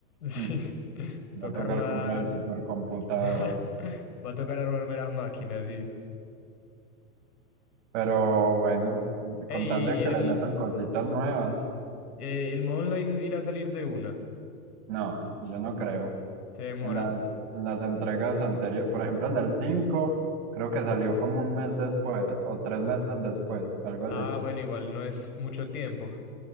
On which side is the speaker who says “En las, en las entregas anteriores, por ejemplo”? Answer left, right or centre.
Right